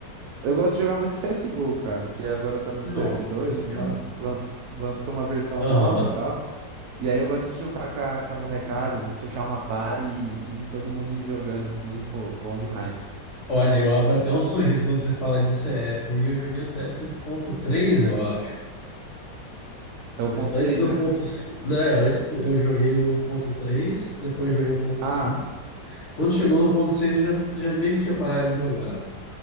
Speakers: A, on the right; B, on the left.
A: eu gosto de jogar muito CSGO, cara, que agora tá no
B: Nossa
A: CS2,
B: Senhora.
A: né? Lá lan- lançou uma versão
B: Aham.
A: nova e tal. E aí eu gosto de juntar com a, com a molecada, fechar uma party e, e todo mundo ir jogando assim, pô, bom demais.
B: Olha, eu abro até um sorriso quando você fala de CS, e eu joguei o CS três eu acho.
A: É o ponto
B: Antes
A: 6,
B: do
A: né?
B: ponto, ci- né, antes do- eu joguei o ponto três depois joguei o ponto
A: Ah,
B: cinco Quando chegou no ponto 6 eu já, já meio que tinha parado de jogar.